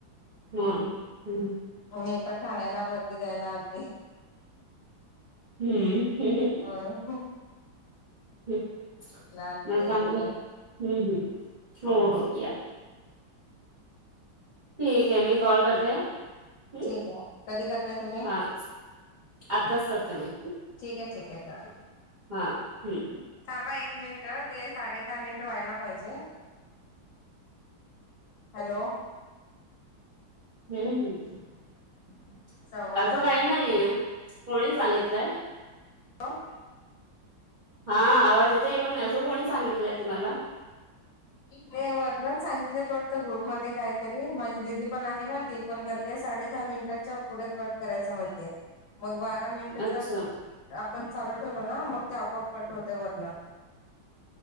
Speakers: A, on the right (about 50°); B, on the left (about 70°).
A: हम्मं हम्मं.
B: मी पणं ठाण्यांला वर्दी द्यायला आलती.
A: हम्मं हं हं
B: होयं होयं
A: मं
B: आलते
A: चांगलं
B: मी
A: हम्मं
B: पण
A: हम्मं हो
B: होय
A: हो यां. ठीक आहे मी कॉल करते हंम
B: ठीक आहे कधी करताय तुम्ही
A: हां. आत्ताचं करते मी.
B: ठीक आहे ठीक आहे करां.
A: हां हम्मं
B: थांबा एक मिनिटं ते साडे दहा मिनिटं व्हांयला पाहिजे. हॅलो
A: हम्मं हम्मं
B: संवाद
A: असं कांहीं नाहींय. कोणी सांगितलंय?
B: हो
A: हां आवांज येतोय. पणं असं कोणी सांगितलंय तुम्हांला?
B: ते वरणचं सांगितले तोंडांत ग्रुप मध्यें कांहींतरी माझी दिदी पणं आहे नां ती. पणं करते साडे दहा मिनिटांच्या पुढे कंट करायचं म्हणते. मंग बारा मिनिटं
A: अच्छा
B: जरं आपणं चालूं ठेवलो नां मंंग ते आपोआप कंट होत्यां वर्ण.